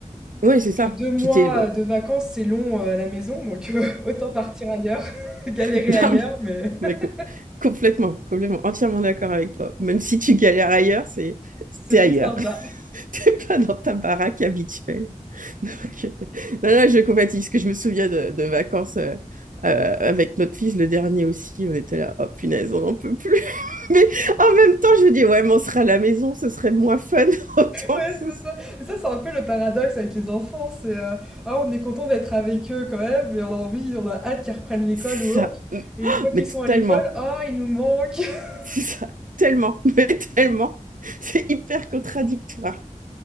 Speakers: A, on the right; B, in the centre.
A: ouais, c'est ça.
B: que deux mois
A: Puis t'es- bah,
B: de vacances, c'est long euh, à la maison, donc euh, <laughs> autant partir ailleurs, <laughs> galérer
A: <laughs> non,
B: ailleurs, mais <laughs>
A: mais co- complètement, complètement, entièrement d'accord avec toi. Même si tu galères ailleurs, c'est
B: c'est
A: t'es
B: plus
A: ailleurs.
B: sympa.
A: <laughs>
B: <laughs>
A: T'es pas dans ta baraque habituelle. <laughs> Donc, euh, non, non, je compatis, parce que je me souviens de, de vacances euh, euh, avec notre fils, le dernier aussi, on était là, oh punaise, on n'en peut plus. <laughs> Mais en même temps, je me dis, ouais, mais on sera à la maison, ce serait moins fun <laughs> autant
B: Ouais,
A: que ce
B: c'est ça. Mais ça, c'est un peu le paradoxe avec les enfants, c'est euh, ah, on est content d'être avec eux quand même, mais on a envie, on a hâte qu'ils reprennent l'école
A: Ça,
B: ou autre.
A: <gasps>
B: Et une fois qu'ils
A: mais
B: sont à
A: tellement,
B: l'école, ah, ils nous manquent. <laughs>
A: <laughs> c'est ça, tellement, <laughs> mais tellement. C'est hyper contradictoire.